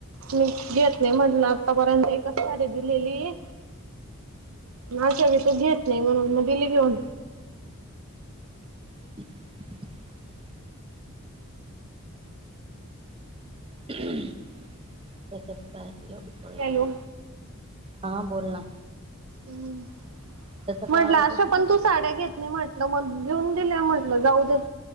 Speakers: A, on the right (about 70°); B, on the right (about 25°).
A: मी घेत नाही म्हटलं, आतापर्यंत एकच साडी दिलेलीये. <unintelligible> तू घेत नाही म्हणून मग दिली घेऊन.
B: <inaudible> <unintelligible>
A: हॅलो
B: हा बोल ना.
A: हम्म. <inaudible>
B: त्याचा काय
A: म्हंटलं
B: आवाज
A: असं
B: येत
A: पण
B: नाही
A: तू साड्या घेत नाही म्हटलं मग, घेऊन दिल्या म्हटलं जाऊ देत